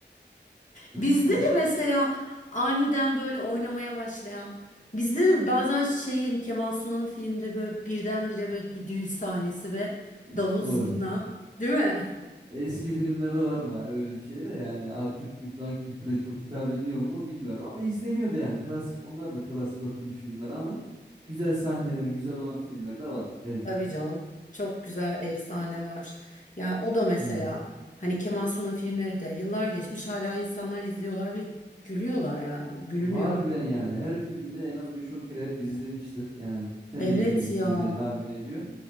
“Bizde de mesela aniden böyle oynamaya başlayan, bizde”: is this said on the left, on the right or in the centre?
Left